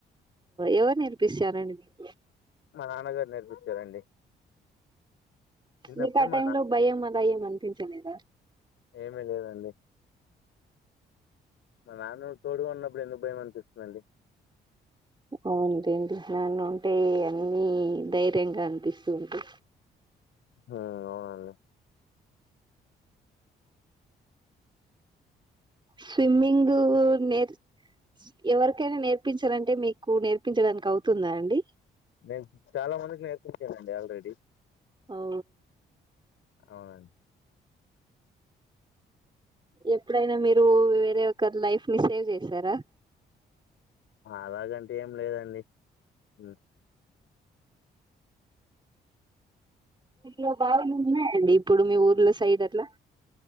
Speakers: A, on the right; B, on the left.
A: ఎవరు నేర్పిస్తారండి మీకు?
B: మా నాన్నగారు నేర్పించారండి. చిన్నప్పుడే
A: మీకు ఆ టైంలో
B: మా
A: భయం, అలా ఏమీ అనిపించలేదా?
B: ఏమి లేదండి మా నాన్న తోడుగా ఉన్నప్పుడు ఎందుకు భయం అనిపిస్తుందండి
A: అవున్టెంటి నన్నుంటే అన్నీ ధైర్యంగా అనిపిస్తూ ఉంటి
B: ఆ అవునం
A: స్విమ్మింగ్ నేర్ ఎవరికైనా నేర్పించాలంటే మీకు నేర్పించడానికి అవుతుందా అండి
B: నేను చాలా మందికి నేర్పించానుండి ఆల్రెడీ
A: ఓ
B: అవునం
A: ఎప్పుడైనా మీరు వేరే ఒకరు లైఫ్ ని సేవ్ చేశారా
B: అలాగంటు ఏం లేదండి మ్
A: ఇంట్లో బావులు ఉన్నాయండి ఇప్పుడు మీ ఊర్లో సైడ్ అట్లా